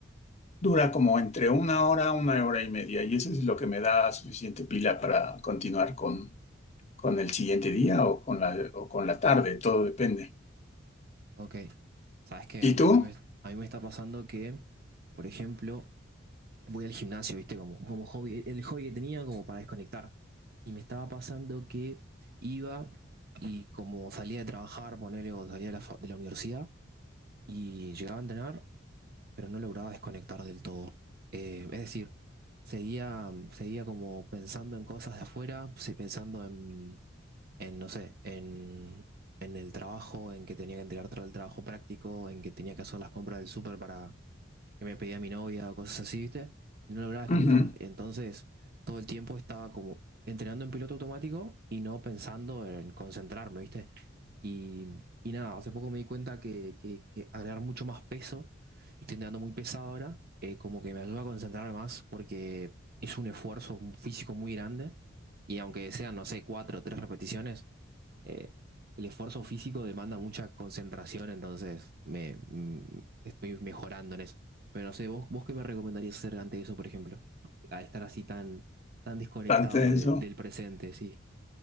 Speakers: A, on the left (about 35°); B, on the right (about 50°).
A: dura como entre una hora, una hora y media y eso es lo que me da suficiente pila para continuar con el siguiente día o con la, o con la tarde, todo depende.
B: Ok. Sabes que
A: ¿Y
B: me-
A: tú?
B: a mí, me a mí me está pasando que, por ejemplo, voy al gimnasio, ¿viste? Como, como hobby, el hobby que tenía como para desconectar. Y me estaba pasando que iba y como salía de trabajar, ponele, o salía de la fa- de la universidad y llegaba a entrenar pero no lograba desconectar del todo. Eh, es decir, seguía, seguía como pensando en cosas de afuera, sí, pensando en, en, no sé, en, en el trabajo, en que tenía que entregar tra- el trabajo práctico, en que tenía que hacer las compras del súper para, que me pedía mi novia o cosas así, ¿viste? Y no lograba desconectar.
A: Ujú,
B: Entonces, todo el tiempo estaba como entrenando en piloto automático y no pensando en concentrarme, ¿viste? Y, y nada, hace poco me di cuenta que, que- que agregar mucho más peso, estoy entrenando muy pesado ahora, eh, como que me ayuda a concentrarme más porque es un esfuerzo físico muy grande y aunque sean, no sé, cuatro o tres repeticiones, eh, el esfuerzo físico demanda mucha concentración, entonces me, mm, estoy mejorando en eso. Pero no sé, ¿vos, vos qué me recomendarías hacer ante eso, por ejemplo? A estar así tan, tan desconectado
A: tan tenso.
B: de- del presente, sí.